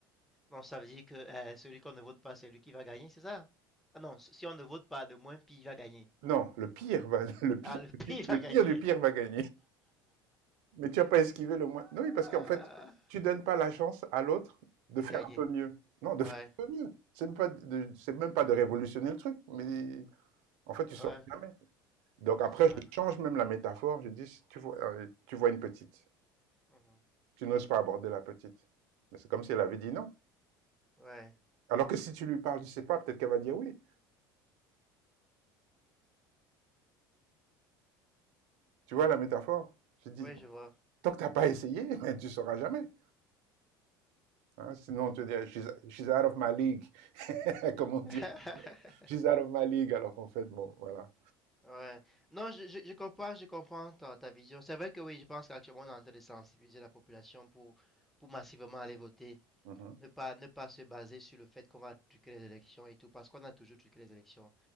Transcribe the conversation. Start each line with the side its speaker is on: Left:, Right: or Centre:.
Centre: Non, ça veut dire que euh, celui qu'on ne vote pas, c'est lui qui va gagner, c'est ça? Ah non, si on ne vote pas, le moins pire va gagner.
Right: Non, le pire va, <laughs> le pire,
Centre: Ah, le
Right: le
Centre: pire
Right: pire, le
Centre: va gagner.
Right: pire du pire va gagner. Mais tu as pas esquivé le moins.
Centre: <laughs>
Right: Non Oui, parce qu'en fait, tu donnes pas la chance à l'autre de
Centre: De
Right: faire
Centre: gagner.
Right: un peu mieux. Non, de
Centre: Ouais,
Right: faire un peu mieux. C'est même pas de, c'est même pas de révolutionner le truc, mais en fait,
Centre: ouais,
Right: tu sors jamais. Donc
Centre: ouais,
Right: après,
Centre: ça va.
Right: je change même la métaphore. Je dis, si tu vois, euh, tu vois une petite.
Centre: Mhm.
Right: Tu n'oses pas aborder la petite. Mais c'est comme si elle avait dit non.
Centre: Ouais,
Right: Alors que si tu lui parles, je sais pas, peut-être qu'elle va dire oui. Tu vois la métaphore? Je dis,
Centre: ouais, je vois.
Right: tant que t'as pas essayé, <laughs> ben, tu sauras jamais. hein. Sinon, on te dit, "Ah, she's, she's out of my league. <laughs> Comme on
Centre: <laughs>
Right: dit, she's out of my league. Alors qu'en fait, bon, voilà.
Centre: Ouais. Non, je, je, je comprends, je comprends ta, ta vision. C'est vrai que oui, je pense qu'actuellement, on est en train de sensibiliser la population pour, pour massivement aller voter.
Right: Mmh mh.
Centre: Ne pas, ne pas se baser sur le fait qu'on va truquer les élections et tout, parce qu'on a toujours truqué les élections.